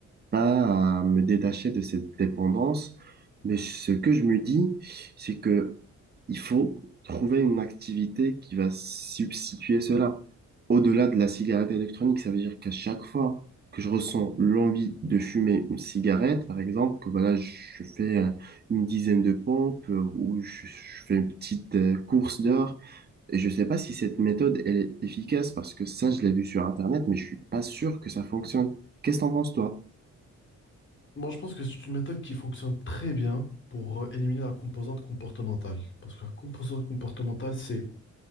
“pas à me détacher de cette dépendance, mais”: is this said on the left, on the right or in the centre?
Right